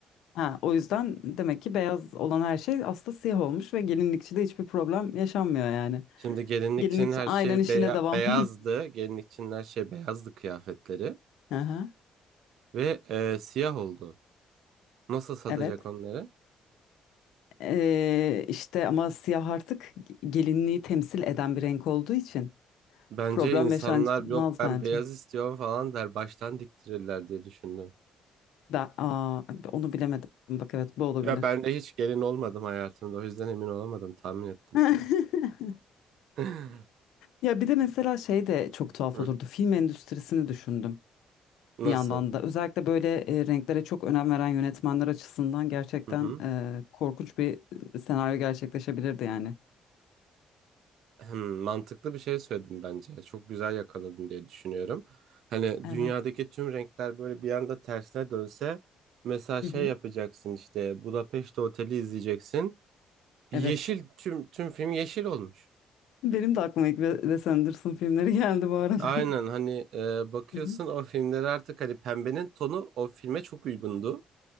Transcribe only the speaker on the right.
Şimdi gelinlik
için her
şey
beya-
beyazdı. Gelinlik için her şey beyazdı kıyafetleri.
Ve eee, siyah oldu. Nasıl satacak
onları?
Bence
insanlar
yok ben
beyaz istiyorum falan der baştan diktirirler diye düşündüm.
Ya ben de hiç gelin olmadım hayatımda o yüzden emin olamadım tahmin ettim
sadece. <laughs>
Hı,
Nasıl?
Hı hı.
Hmm, Mantıklı bir şey söyledim bence. Çok güzel yakaladın diye düşünüyorum. Hani
dünyadaki tüm renkler böyle bir anda tersine dönse mesela
şey
yapacaksın işte Budapeşte Oteli izleyeceksin. Bir
yeşil tüm tüm film yeşil olmuş.
Aynen
hani e, bakıyorsun
o filmlere artık hani pembenin tonu o filme çok uygundu